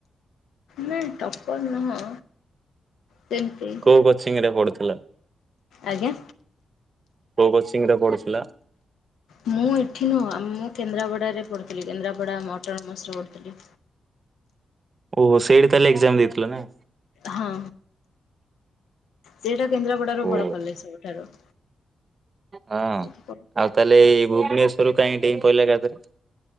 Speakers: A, on the left; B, on the right.
A: ନାଇଁ ଟପର୍ ନୁହଁ। ସେମିତି
B: କୋଉ କୋଚିଂ ରେ ପଢ଼ୁଥିଲ?
A: ଆଜ୍ଞା।
B: କୋଉ କୋଚିଂ ରେ ପଢୁଥିଲ
A: ମୁଁ ଏଠି ନୁହଁ ଆ ମୁଁ କେନ୍ଦ୍ରାପଡ଼ାରେ ପଢ଼ୁଥିଲି କେନ୍ଦ୍ରାପଡ଼ା ଆମ ଅଟନମସ୍ ରେ ପଢ଼ୁଥିଲି।
B: ଓହୋ ସେଇଠି ତାହେଲେ ଏକ୍ଜାମ ଦେଇଥିଲ ନା
A: ହଁ ସେଇଟା କେନ୍ଦ୍ରାପଡ଼ାର
B: ଓ
A: ବଡ କଲେଜ୍ ସବୁଠାରୁ।
B: ହଁ
A: ସେଇଠି ପଢ଼ୁଥିଲି।
B: ଆଉ ତାହେଲେ ଏଇ ଭୁବନେଶ୍ଵରରୁ କାହିଁକି ଡେଇଁ ପଡ଼ିଲ ଏକାଥରେ।